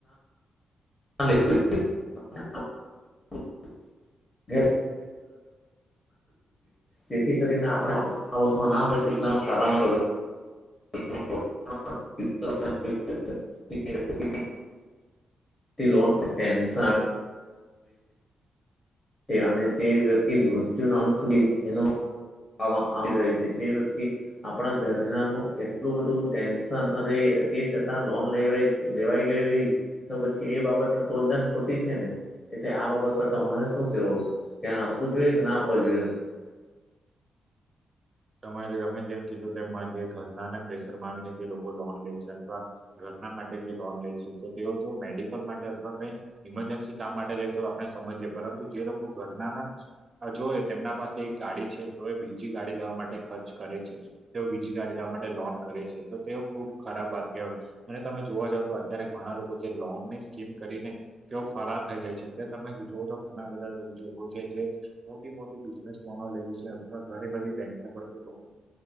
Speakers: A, on the left; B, on the right.
A: <unintelligible> <inaudible> જેથી કરીને આપણે આ વસ્તુમા ના પડે તેટલુ સારામાં <unintelligible> <inaudible> તે લોન ટેન્શન અને તે વ્યક્તિ મૃત્યુના અંત સુધી તેનો આવા આવી રહે છે તે વ્યક્તિ આપણા ઘરનાનું એટલું બધું ટેન્શન રયે અને તે છતાં લોન લે વે. લેવાઈ ગય એ તો પછી એ બાબત તદ્દન ખોટી છે ને. એટલે આ બાબત પર તમારે શું કેવું? ધ્યાન આપવુ જોઈએ કે ના આપવુ જોઈએ.
B: તમારે અમે જેમ કીધું જે ઘરનાને પ્રેશર માં આવીને જે લોકો લોન લે છે અથવા ઘરના માટે જે લોન લે છે તો તેઓ જો મેડિકલ માટે અથવા કંઈ ઇમરજન્સી કામ માટે લે તો આપણે સમજીએ પરંતુ જે લોકો ઘરના ના જોય તેમના પાસે એક ગાડી છે તો એ બીજી ગાડી લેવા માટ તે ખર્ચ કરે છે તેઓ બીજી ગાડી જવા માટે લોન કરે છે તો તેઓ ખુબ ખરાબ વાત કહેવાય. અને તમે જોવા જાવ તો અત્યારે ઘણા લોકો જે લોનની સ્કીમ કરીને તેઓ ફરાર થઈ જાય છે તે તમે જુઓ તો ઘણા બધા લોકો છે જે મોટી મોટી બિઝનેસ લોનો લેવી છે અથવા ઘણી બધી બેંકા પર થી લોન